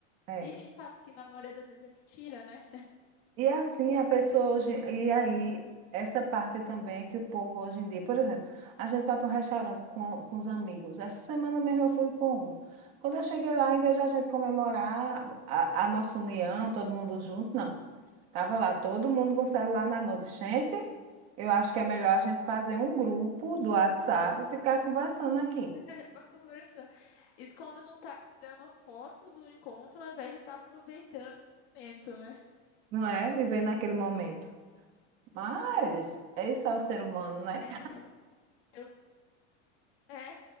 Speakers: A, on the right (about 35°); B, on the left (about 55°).
A: é.
B: E a gente sabe que na maioria das vezes é mentira, né?
A: E assim a pessoa hoje, e aí
B: Eu também
A: essa parte também é que o povo hoje em dia, por exemplo, a gente vai para um restaurante com, com os amigos. Essa semana mesmo eu fui para um. Quando eu cheguei lá, em vez de a gente comemorar a, a nossa união, todo mundo junto, não. Tava lá todo mundo com o celular na mão. de Gente, eu acho que é melhor a gente fazer um grupo do WhatsApp e ficar conversando aqui,
B: <laughs> para conversar. Isso quando não tá tirando foto do encontro ao invés de estar aproveitando o momento, né?
A: não é? Viver naquele momento. Mas esse é o ser humano, né?
B: É, eu, eu, é,